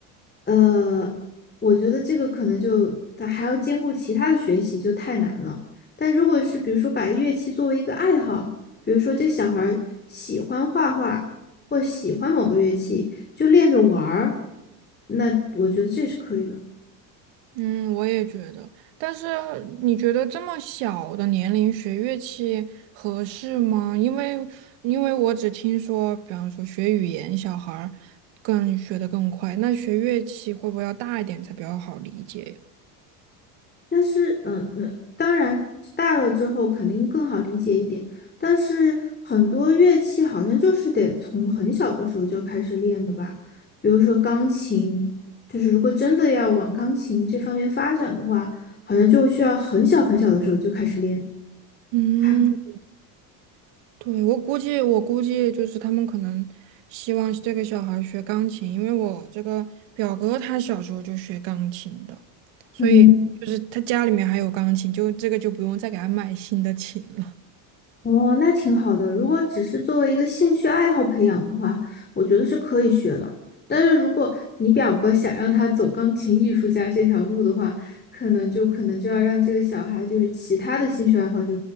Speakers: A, on the left; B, on the right.
A: 呃，我觉得这个可能就他还要兼顾其他的学习，就太难了。但如果是比如说把乐器作为一个爱好，比如说这小孩儿喜欢画画或喜欢某个乐器。就练着玩儿，那我觉得这是可以的。
B: 嗯，我也觉得。但是你觉得这么小的年龄学乐器合适吗？因为因为我只听说，比方说学语言，小孩儿更学得更快，那学乐器会不会要大一点才比较好理解呀？
A: 但是，嗯，那当然大了之后肯定更好理解一点。但是很多乐器好像就是得从很小的时候就开始练的吧，比如说钢琴，就是如果真的要往钢琴这方面发展的话，好像就需要很小很小的时候就开始练。
B: 嗯，
A: 还，
B: 对，我估计我估计就是他们可能希望这个小孩儿学钢琴，因为我这个表哥他小时候就学钢琴的，所以就是他家里面还有钢琴，
A: 嗯。
B: 就这个就不用再给他买新的琴了。
A: 哦，那挺好的。如果只是作为一个兴趣爱好培养的话，我觉得是可以学的。但是如果你表哥想让他走钢琴艺术家这条路的话，可能就可能就要让这个小孩就是其他的兴趣爱好就